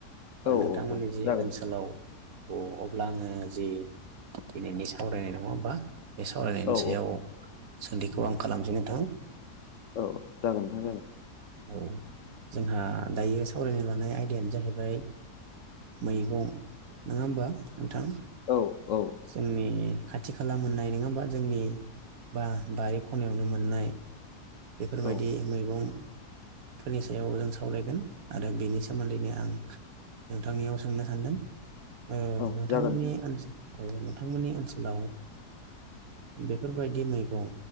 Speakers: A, on the right (about 65°); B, on the left (about 60°).
A: ओ
B: औ
A: नोंथांमोननि
B: औ औ
A: जि
B: जागोन
A: ओनसोलाव अ' अब्ला आङो जि दिनैनि सावरायनाय नङा होमबा? बे सावरायनायनि
B: औ
A: सायाव सोंथिखौ आं खालामसै नोंथां।
B: औ जागोन नोंथां जागोन।
A: औ जोंहा दायो सावरायनो लानाय आयदायानो जाहैबाय मैगं नोङा होमबा नोंथां?
B: औ औ
A: जोंनि खाथि खाला मोननाय नोङा होमबा जोंनि बा बारि खनायावनो मोननाय। बेफोरबायदि
B: औ
A: मैगं फोरनि सायाव जों सावरायगोन। आरो बेनि सोमोन्दैनो आं नोंथांनियाव सोंनो सान्दों। ओ
B: औ
A: नोंथांमोननि
B: जागोन
A: ओनस औ नोंथांमोननि ओनसोलाव बे फोरबायदि मैगं